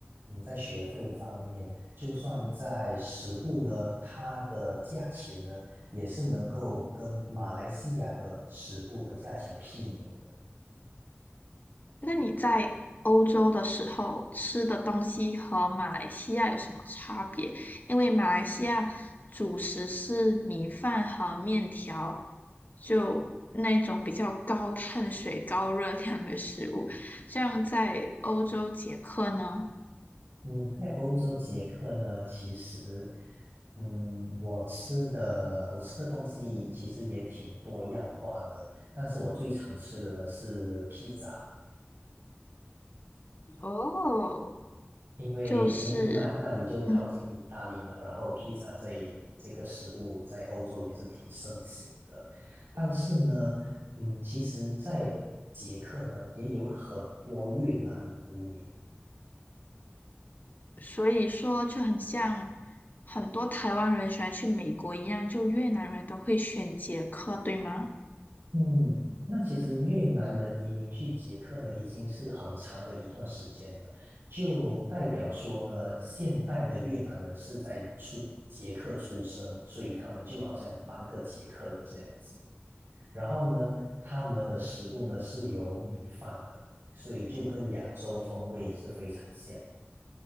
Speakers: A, on the right (about 65°); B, on the left (about 45°).
A: 嗯在学费方面，就算在食物呢，它的价钱呢，也是能够跟马来西亚的食物的价钱媲美的。
B: 那你在欧洲的时候吃的东西和马来西亚有什么差别？因为马来西亚主食是米饭和面条，就那种比较高碳水、高热量的食物。像在欧洲捷克呢，
A: 嗯，在欧洲捷克呢，其实，嗯，我吃的我吃的东西其实也挺多样化的，但是我最常吃的呢是披萨，
B: 哦，
A: 因为因为那那里就靠近意大利嘛，
B: 就是嗯，
A: 然后披萨这一这个食物在欧洲也是挺盛行的，但是呢，嗯，其实，在捷克呢也有很多越南移民。
B: 所以说就很像很多台湾人喜欢去美国一样，就越南人都会选捷克，对吗？
A: 嗯，那其实越南人移民去捷克呢，已经是很长的一段时间了，就代表说呢，现代的越南人是在出捷克出生，所以他们就好像半个捷克人这样子。然后呢，他们的食物呢是有米饭的，所以就跟亚洲风味是非常像。